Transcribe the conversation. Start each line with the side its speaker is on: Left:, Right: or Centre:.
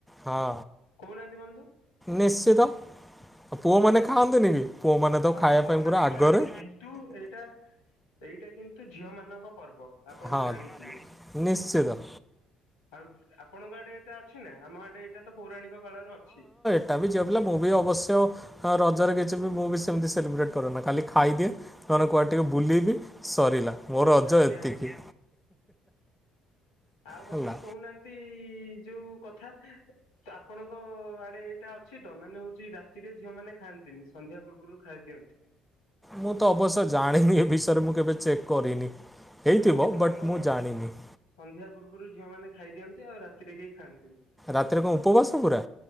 Centre: ହଁ।
Left: କହୁ ନାହାଁନ୍ତି ବନ୍ଧୁ?
Centre: ନିଶ୍ଚିତ ଆଉ ପୁଅମାନେ ଖାଆନ୍ତି ନି କି? ପୁଅମାନେ ତ
Left: ହଁ
Centre: ଖାଇବା
Left: ପୁଅମାନେ
Centre: ପାଇଁ ପୁରା
Left: ଖାଆନ୍ତି।
Centre: ଆଗରେ।
Left: କିନ୍ତୁ ଏଇଟା ଏଇଟା କିନ୍ତୁ ଝିଅ ମାନଙ୍କ ପର୍ବ। ଆପଣ
Centre: ହଁ
Left: ଜାଣିଥିବେ?
Centre: ନିଶ୍ଚିତ।
Left: ଆଉ ଯୁ ଆପଣଙ୍କ ଆଡେ ଏଟା ଅଛି ନା ଆମ ଆଡେ ଏଇଟା ତ ପୌରାଣିକ କାଳରୁ ଅଛି।
Centre: ସେଟା ବି ଝିଅପିଲା ମୁଁ ବି ଅବଶ୍ୟ ଅଁ ରଜରେ କିଛି ବି ମୁଁ ବି ସେମିତି ସେଲିବ୍ରେଟ୍ କରେନା ଖାଲି ଖାଇଦିଏ ନନେ କୁଆଡେ ଟିକେ ବୁଲିବି ସରିଲା ମୋ ରଜ
Left: ଆଜ୍ଞା
Centre: ଏତିକି
Left: ବନ୍ଧୁ। ଆଉ ବନ୍ଧୁ
Centre: ହେଲା।
Left: କହୁ ନାହାଁନ୍ତି ଯୋଉ କଥା? ତ ଆପଣଙ୍କ ଆଡେ ଏଇଟା ଅଛି ତ ମାନେ ହଉଚି ରାତିରେ ଝିଅ ମାନେ ଖାଆନ୍ତିନି। ସନ୍ଧ୍ୟା ପୂର୍ବରୁ ଖାଇଦିଅନ୍ତି।
Centre: ମୁଁ ତ ଅବଶ୍ୟ ଜାଣିନି ଏ ବିଷୟରେ ମୁଁ କେବେ ଚେକ୍ କରିନି
Left: କିନ୍ତୁ
Centre: ହେଇଥିବ
Left: ବନ୍ଧୁ
Centre: ବଟ୍
Left: ଆମର
Centre: ମୁଁ ଜାଣିନି।
Left: ସନ୍ଧ୍ୟା ପୂର୍ବରୁ ଝିଅ ମାନ ଖାଇଦିଅନ୍ତି ଆଉ ରାତିରେ କେହି ଖାଆନ୍ତିନି।
Centre: ରାତିରେ କଣ ଉପବାସ ପୁରା